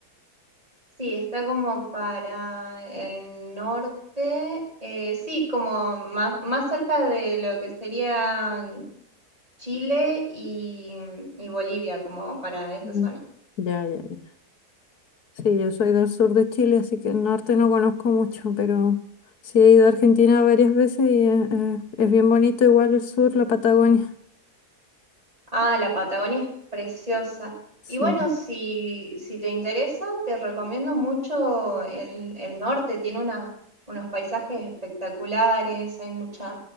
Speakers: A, on the right; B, on the left.
A: sí, está como para el norte, eh, sí, como más, más cerca de lo que sería Chile y, y Bolivia, como para esa
B: Mm.
A: zona.
B: Ya, ya, ya. Sí, yo soy del sur de Chile, así que el norte no conozco mucho, pero sí he ido a Argentina varias veces y eh, eh, es bien bonito igual el sur, la Patagonia.
A: Ah, la Patagonia es preciosa.
B: Sí.
A: Y bueno, si, si te interesa, te recomiendo mucho el, el norte. Tiene una, unos paisajes espectaculares, hay mucha